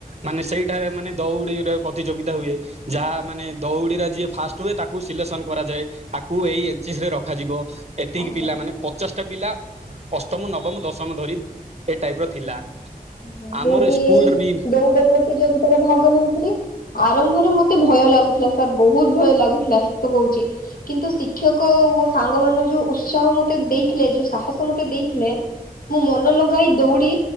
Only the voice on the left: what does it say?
ଆଜ୍ଞା
ଆଜ୍ଞା,
ମୁଁ ବି
ଏଇ
ଦୌଡ ପ୍ରତିଯୋଗିତାରେ ଭାଗ ନେଇଥିଲି। ଆରମ୍ଭରେ ମତେ ଭୟ ଲାଗୁଥିଲା ସାର୍, ବହୁତ ଭୟ ଲାଗୁଥିଲା ସତ କହୁଛି। କିନ୍ତୁ ଶିକ୍ଷକ ଓ ସାଙ୍ଗ ମାନ ଯୋଉ ଉତ୍ସାହ ମତେ ଦେଇଥିଲେ ଯୋଉ ସାହସ ମତେ ଦେଇଥିଲେ ମୁଁ ମନ ଲଗାଇ ଦୌଡ଼ି